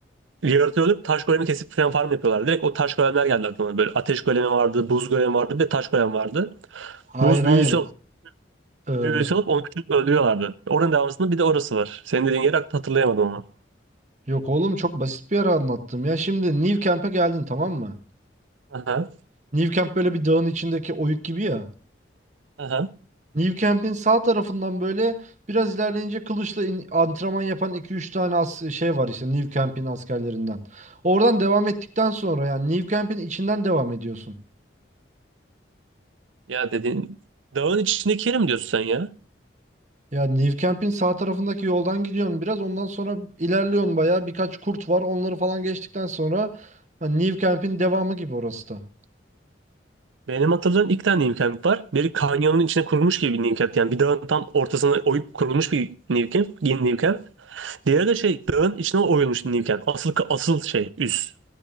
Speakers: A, on the right; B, on the right.
A: yaratığı alıp taş golemi kesip falan farm yapıyorlar. Direkt o taş golemler geldi aklıma. Böyle ateş golemi vardı, buz golemi vardı ve taş golem vardı.
B: Hayır
A: Buz büyüsü
B: hayır.
A: alıp,
B: Ee,
A: büyüsü alıp onu küçük öldürüyorlardı. Oranın devamında bir de orası var. Senin dediğin yeri hatırlayamadım ama.
B: yok oğlum çok basit bir yer anlattım ya. Şimdi New Camp'e geldin tamam mı?
A: Aha,
B: New Camp böyle bir dağın içindeki oyuk gibi ya.
A: aha.
B: New Camp'in sağ tarafından böyle biraz ilerleyince kılıçla in- antrenman yapan iki üç tane as şey var işte New Camp'in askerlerinden. Oradan devam ettikten sonra yani New Camp'in içinden devam ediyorsun.
A: Ya dediğin dağın içindeki yeri mi diyorsun sen ya?
B: Ya New Camp'in sağ tarafındaki yoldan gidiyorsun biraz ondan sonra ilerliyorsun bayağı birkaç kurt var onları falan geçtikten sonra hani New Camp'in devamı gibi orası da.
A: Benim hatırladığım iki tane New Camp var. Biri kanyonun içine kurulmuş gibi bir New Camp. Yani bir dağın tam ortasına oyup kurulmuş bir New Camp. Yeni New Camp. Diğeri de şey dağın içine oyulmuş bir New Camp. Asıl, asıl şey üs.